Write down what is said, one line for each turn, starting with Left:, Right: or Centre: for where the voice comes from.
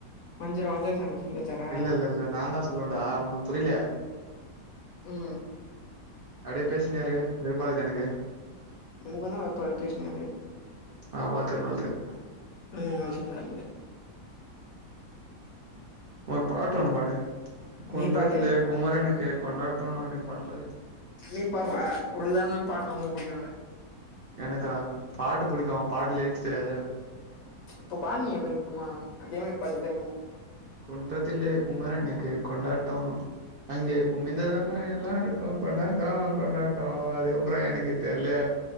Left: வஞ்சர வஞ்சர சாமி சொல்லி குத்தாரா
Right: இல்லல்லல்ல நாந்தா சொல்லுவன்டா உனக் புரிய்ல
Left: ம்
Right: அவ்டே பேசின்னே இரு வெறுப்பாகுது எனக்கு
Left: உனுக்கு தா வெறுப்பாவ்து பேஸ்னே இது
Right: ஆ வாழ்த்துக்கள் வாழ்த்துக்கள்
Left: ம் ஆசிக்குன அல்லுனே
Right: ஒரு பாட்டு ஒன்னு பாடு குன்றத்திலே
Left: நீ பாடு
Right: குமரனுக்கு கொண்டாட்டொ அவ்டின் பாட்டு பாடு
Left: நீ பாற்றா உனக்கு தான்ன பாட்லா ஒம்ப புடிக்குல்ல
Right: எனக்கா பாட்டு புடிக்கு பாட்டு லிரிக்ஸ் தெரியாதே
Left: இப்ப பான்னியே வைக்குமா அதே மே பாடு திரும்புவு
Right: குன்றத்திலே குமரனுக்கு கொண்டாட்டொ அங்கே குமிந்ததம்மா எல்லாருக்கு கொண்டாட்டொ கொண்டாட்டொ அதுக்கப்புறொ எனக்கு தெரிலே